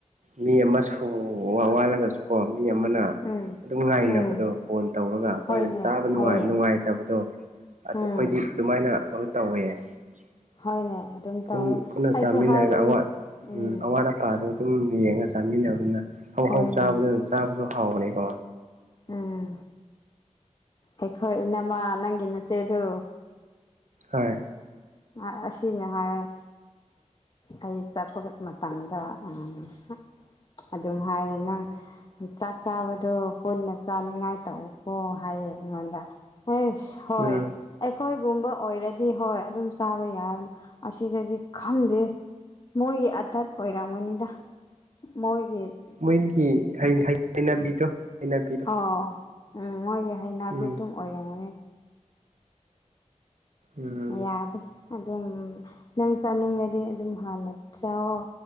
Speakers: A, on the right (about 80°); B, on the left (about 40°).
A: ꯃꯤ ꯑꯃꯁꯨ ꯋ ꯋꯥꯠꯂꯒꯁꯨꯀꯣ ꯃꯤ ꯑꯃꯅ
B: ꯎꯝ
A: <unintelligible> ꯑꯗꯨꯝ ꯉꯥꯏꯅꯕꯗꯣ
B: ꯎꯝ
A: ꯐꯣꯟ ꯇꯧꯔꯒ꯫
B: ꯍꯣꯏꯅꯦ
A: ꯑꯈꯣꯏꯅ ꯆꯥꯕ ꯅꯨꯡꯉꯥꯏ
B: ꯍꯣꯏ
A: ꯅꯨꯡꯉꯥꯏꯇꯕꯗꯣ ꯑꯗꯨ
B: ꯎꯝ
A: ꯑꯈꯣꯏꯗꯤ ꯑꯗꯨꯃꯥꯏꯅ ꯀꯩꯅꯣ ꯇꯧꯋꯦ꯫ <unintelligible>
B: ꯍꯣꯏꯅꯦ ꯑꯗꯨꯝ ꯇꯧꯋꯦ
A: ꯄꯨꯟ ꯄꯨꯟꯅ
B: ꯑꯩꯁꯨ
A: ꯆꯥꯃꯤꯟꯅꯔꯒ
B: ꯍꯥꯏꯕꯅꯦ
A: ꯑꯋꯥꯠ
B: ꯎꯝ
A: ꯎ ꯑꯋꯥꯠ ꯑꯞ ꯄꯥꯗꯣ ꯑꯗꯨꯝ ꯌꯦꯡꯉ ꯆꯥꯃꯤꯟꯅꯕꯗꯨꯅ ꯍꯧ-ꯍꯧ
B: ꯍꯣꯏꯅꯦ
A: ꯆꯥꯕꯗꯨꯅ ꯆꯥꯕꯁꯨ ꯍꯥꯎꯕꯅꯤꯀꯣ꯫
B: ꯎꯝ ꯑꯩꯈꯣꯏ ꯏꯅꯃ ꯅꯪꯒꯤ ꯅꯆꯦꯗꯨ
A: ꯍꯣꯏ꯫
B: ꯉꯥ ꯑꯁꯤꯅꯤ ꯍꯥꯏꯑꯦ ꯑꯩ ꯆꯠꯄꯒ ꯃꯇꯝꯗꯥ ꯑ <unintelligible> ꯑꯗꯨꯝ ꯍꯥꯏꯌꯦ ꯅꯪ ꯆꯥꯛ ꯆꯥꯕꯗꯣ ꯄꯨꯟꯅ ꯆꯥꯅꯤꯡꯉꯥꯏ ꯇꯧꯑꫭꯀꯣ ꯍꯥꯏꯌꯦ ꯑꯩꯉꯣꯟꯗ꯫ ꯑꯩꯁ ꯍꯣꯏ
A: ꯎꯝ
B: ꯑꯩꯈꯣꯏꯒꯨꯝꯕ ꯑꯣꯏꯔꯗꯤ ꯍꯣꯏ ꯑꯗꯨꯝ ꯆ ꯆꯥꯕ ꯌꯥ ꯑꯁꯤꯗꯗꯤ ꯈꯪꯗꯦ ꯃꯣꯏꯒꯤ ꯑꯊꯠ ꯑꯣꯏꯔꯝꯒꯅꯤꯗ ꯃꯣꯏꯒꯤ
A: ꯃꯣꯏꯒꯤ ꯍꯩꯅꯕꯤꯗꯣ ꯍꯩꯅꯕꯤꯗꯣ
B: ꯑꯥꯎ ꯎꯝ ꯃꯣꯏꯒꯤ ꯍꯩꯅꯕꯤ
A: ꯎꯝ
B: ꯑꯗꯨꯝ ꯑꯣꯏꯔꯝꯒꯅꯤ
A: ꯎꯝ
B: ꯌꯥꯗꯦ ꯑꯗꯨꯝ ꯅꯪ ꯆꯠꯅꯤꯡꯕꯗꯤ ꯑꯗꯨꯝ ꯍꯥꯟꯅ ꯆꯥꯎꯑꯣ